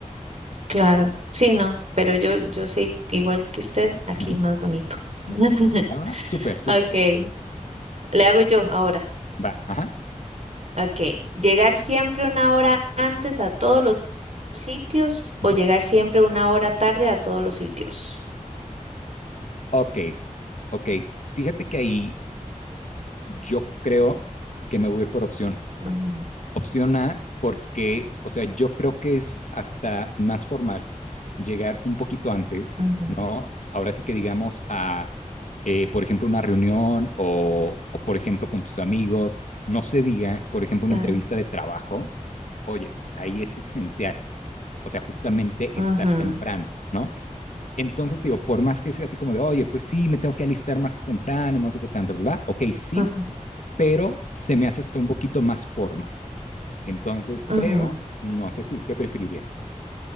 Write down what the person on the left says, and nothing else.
Ujú.
Va, va, súper, súper.
Va, ajá.
ujú.
Ok, ok. Fíjate que ahí yo creo que me voy a ir por opción
Opción A, porque, o sea, yo creo que es hasta más formal llegar un poquito antes,
¿no? Ahora sí que digamos a, eh, por ejemplo, una reunión o, o, por ejemplo, con tus amigos, no se diga, por ejemplo, una
entrevista de trabajo, oye, ahí es esencial, o sea, justamente
estar temprano, ¿no? Entonces, digo, por más que sea así como de, oye, pues sí, me tengo que alistar más temprano, no sé qué tanto, bla, bla, ok, sí,
pero se me hace hasta un poquito más formal. Entonces, pero
no sé tú, ¿qué preferirías?